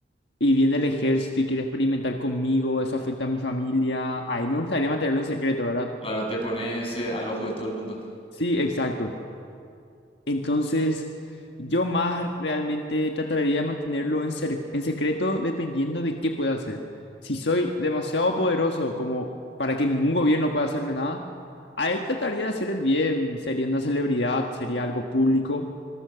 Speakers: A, on the left; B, on the left.
A: Y viene el ejército y quiere experimentar conmigo, eso afecta a mi familia. Ahí me gustaría mantenerlo en secreto, ¿verdad?
B: Claro, te pones eh, al ojo de todo el mundo.
A: Sí, exacto. Entonces, yo más realmente trataría de mantenerlo en, cer- en secreto dependiendo de qué pueda hacer. Si soy demasiado poderoso como para que ningún gobierno pueda hacerme nada, ahí trataría de hacer el bien. Sería una celebridad, sería algo público